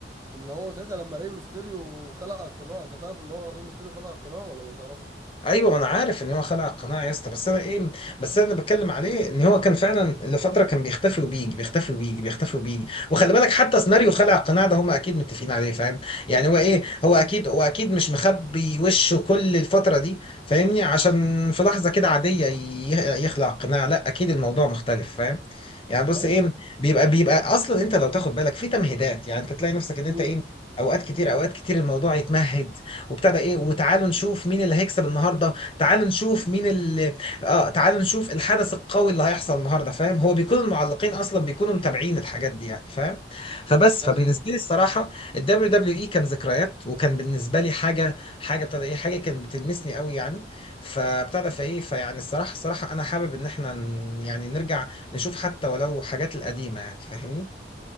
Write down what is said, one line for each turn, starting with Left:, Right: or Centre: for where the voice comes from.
Right: اللي هو ساعتها لما ري ميستيريو خلع القناع انت تعرف ان هو ري ميستيريو خلع القناع ولا ما تعرفش
Left: ايوه انا عارف ان هو خلع القناع يا اسطى بس انا ايه بس انا اللي بتكلم عليه ان هو كان فعلا لفتره كان بيختفي وبيجي بيختفي وبيجي بيختفي وبيجي وخلي بالك حتى سيناريو خلع القناع ده هم اكيد متفقين عليه فاهم يعني هو ايه هو اكيد هو اكيد مش مخبي وشه كل الفتره دي فاهمني عشان في لحظه كده عاديه ي- يخلع القناع لا اكيد الموضوع مختلف فاهم يعني بص
Right: ايوه
Left: ايه بيبقى بيبقى اصلا انت لو تاخد بالك في تمهيدات يعني انت تلاقي نفسك ان انت
Right: امم
Left: ايه اوقات كتير اوقات كتير الموضوع يتمهد وبتاع ده ايه وتعالوا نشوف مين اللي هيكسب النهارده تعالوا نشوف مين اللي اه تعالوا نشوف الحدث القوي اللي هيحصل النهارده فاهم هو بيكون المعلقين اصلا بيكونوا متابعين الحاجات دي يعني فاهم فبس فبالنسبه
Right: ايوه
Left: لي الصراحه الدبليو دبليو اي كان ذكريات وكان بالنسبه لي حاجه حاجه ابتدى ايه حاجه كانت بتلمسني قوي يعني فابتدى فايه فيعني الصراحه الصراحه انا حابب ان احنا ن- يعني نرجع نشوف حتى ولو حاجات القديمه يعني فاهمني